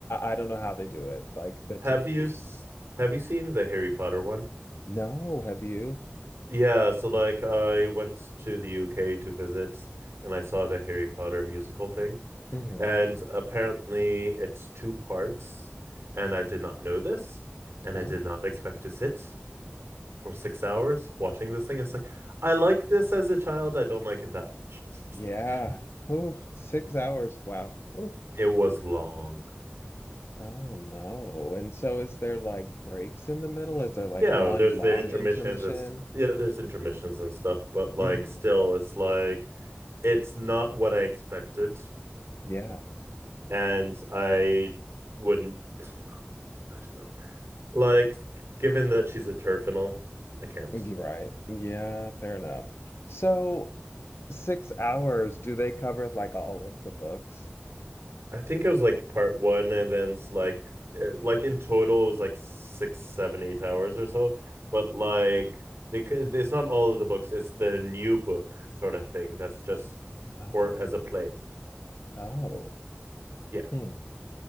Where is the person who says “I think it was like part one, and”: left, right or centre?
Right